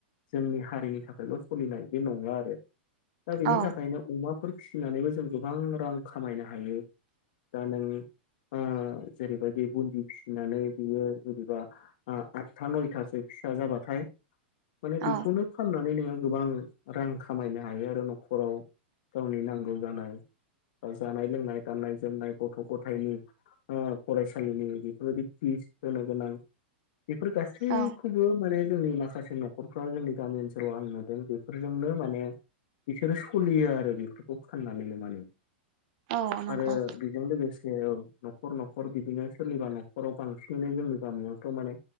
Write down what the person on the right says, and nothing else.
औ
औ
औ
औ नंगौ